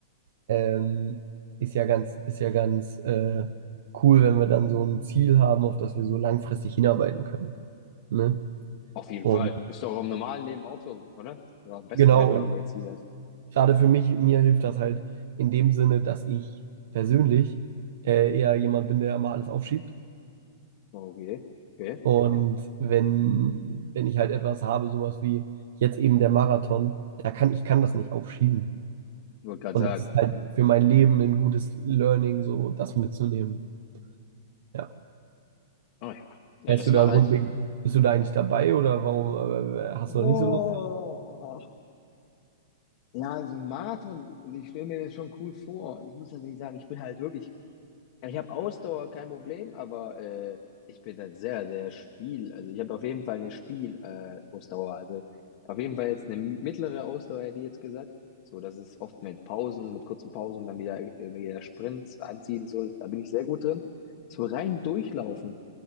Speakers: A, on the right; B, on the left.
A: ähm, ist ja ganz, ist ja ganz äh, cool, wenn wir dann so ein Ziel haben, auf das wir so langfristig hinarbeiten können. Ne?
B: Auf jeden
A: Und
B: Fall. Ist doch im normalen Leben auch so, oder? Oder am besten,
A: genau,
B: wenn du irgendwelche
A: und
B: Ziele hast.
A: gerade für mich, mir hilft das halt in dem Sinne, dass ich persönlich äh, eher jemand bin, der immer alles aufschiebt.
B: Oh, Okay, okay.
A: Und wenn, wenn ich halt etwas habe, sowas wie jetzt eben der Marathon, da kann ich kann das nicht aufschieben.
B: Ich wollte gerade
A: Und
B: sagen.
A: das ist halt für mein Leben ein gutes Learning, so das mitzunehmen. Ja.
B: Oh ja. Ja,
A: Bist
B: das
A: du
B: mache
A: da grundlegend,
B: ich.
A: bist du da eigentlich dabei oder warum äh, hast
B: Boah.
A: du da nicht so Lust?
B: Ja, so ein Marathon, ich stelle mir das schon cool vor. Ich muss natürlich sagen, ich bin halt wirklich, ja, ich habe Ausdauer, kein Problem, aber äh, ich bin halt sehr, sehr Spiel. Also ich habe auf jeden Fall eine Spiel äh, Ausdauer. Also auf jeden Fall jetzt eine mittlere Ausdauer, hätte ich jetzt gesagt. So, das ist oft mit Pausen, mit kurzen Pausen, dann wieder, äh, wieder Sprints anziehen, so, da bin ich sehr gut drin. So rein durchlaufen,